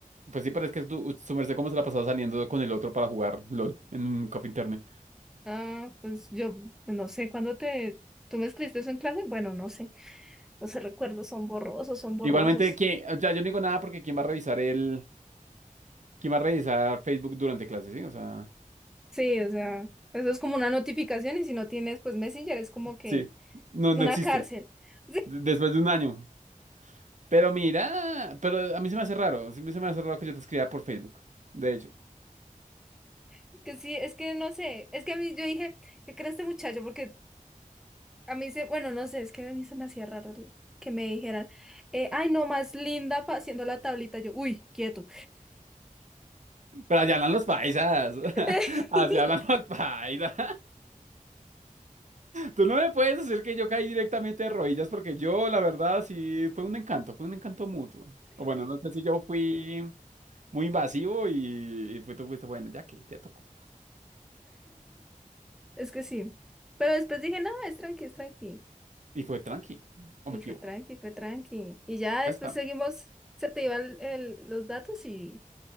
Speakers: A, on the right; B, in the centre.
A: Pues sí, pero es que tú- su merced cómo se la ha pasado saliendo con el otro para jugar LOL en Coffee Internet.
B: Ah, pues yo no sé, ¿cuándo te... ¿Tú me escribiste eso en clase? Bueno, no sé. Los recuerdos son borrosos, son borrosos.
A: Igualmente, ¿quién? O sea, yo no digo nada porque ¿quién va a revisar el... ¿Quién va a revisar Facebook durante clase, sí? O sea,
B: Sí, o sea, eso es como una notificación y si no tienes, pues Messenger es como que
A: sí. No,
B: una
A: no existe.
B: cárcel. <laughs>
A: D- Después de un año. Pero mira, pero a mí se me hace raro. Sí, se me hace raro que yo te escriba por Facebook. De hecho.
B: Sí, que sí, es que no sé, es que a mí yo dije, ¿qué crees este muchacho? Porque a mí se, bueno, no sé, es que a mí se me hacía raro el- que me dijeran, eh, ay, no, más linda pa- haciendo la tablita. Yo, uy, quieto.
A: Pero así hablan los paisas. <laughs>
B: <laughs>
A: Así hablan los paisas. Tú no me puedes decir que yo caí directamente de rodillas porque yo, la verdad, sí, fue un encanto, fue un encanto mutuo. O bueno, no sé si yo fui muy invasivo y, y fue, tú fuiste, bueno, ya que, ya tocó.
B: Es que sí. Pero después dije, no, es tranqui, es tranqui.
A: Y fue tranqui, o
B: Y
A: me equivoco.
B: fue tranqui, fue tranqui. Y ya
A: Acá
B: después
A: estamos.
B: seguimos, se te iban el, el- los datos y,